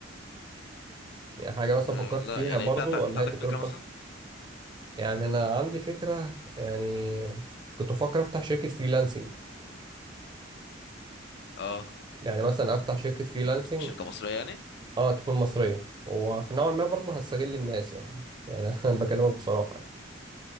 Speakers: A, on the right; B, on the left.
A: يعني حاجة مثلا
B: أه
A: فكرت
B: لا
A: فيها
B: يعني
A: برضو
B: انت انت انت
A: ولا
B: عندك
A: هي ديكورات
B: فكرة
A: بس
B: مثلا
A: يعني أنا عندي فكرة يعني كنت بفكر أفتح شركة فريلانسنج
B: اه
A: يعني مثلا أفتح شركة فريلانسنج
B: شركة مصرية يعني من
A: أه تكون مصرية وفي نوع ما برضو هستغل الناس يعني يعني <laughs> أنا بكلمك بصراحة